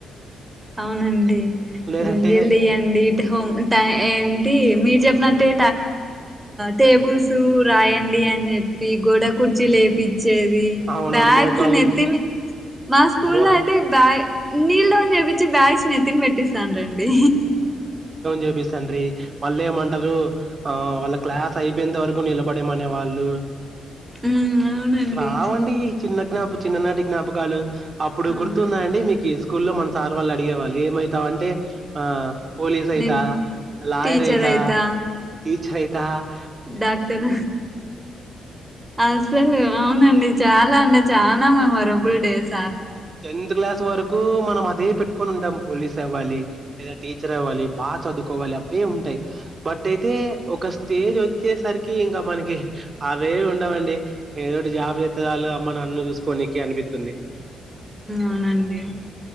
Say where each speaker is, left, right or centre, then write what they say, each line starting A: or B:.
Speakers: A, on the right; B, on the right.
A: అవునండి
B: లేదంటే
A: గుంజీలు తీయండి తో టై ఎన్ టీ మీరు చెప్పినట్టే టేబుల్స్ రాయండి అని చెప్పి గోడ కుర్చీ లేపిచ్చేది
B: అవునవును
A: బ్యాగ్స్
B: మోకాళ్ళు
A: నెత్తిమి మా స్కూల్
B: మో
A: లో అయితే బ్యా నీ బ్యాగ్స్ నెత్తిన పెట్టిస్తూ స్త రండి
B: చెప్పిస్తాండ్రి వాళ్ళ ఏమంటారు ఆ వాళ్ళ క్లాస్ అయిపోయే వరకు నిలబడేమనే వాళ్ళు
A: ఉమ్ అవునండి
B: రావు అండి చిన్న జ్ఞాప చిన్ననాటి జ్ఞాపకాలు అప్పుడు
A: అవును
B: గుర్తుంద అండి మీకి స్కూల్లో లో మన సార్ వాళ్ళు అడిగేళ్ళు ఏమవుతావ్ అంటే ఆ పోలీస్
A: నేను
B: యిత లయర్
A: టీచర్
B: యిత
A: అయితా
B: టీచర్ యిత ద
A: డాక్టర్ అసలు అవునండి చాలా అంటే చాలా అమ్మా మరో ఫుల్డేస్
B: టెన్త్ క్లాస్ వరకు మనం అదే పెట్టుకొని ఉంటాం పోలీస్ అవ్వాలి లేదా టీచర్ అవ్వాలి బాగా చదువుకోవాలి అవే ఉంటాయి బట్ అయితే ఒక స్టేజ్ వచ్చేసరికి ఇంకా మనకి అవే ఉండవండి ఏదోటి జాబ్ ఎత్తదలో మన అన్ను చూసుకోడానికి అనిపిస్తుంది
A: అవునండి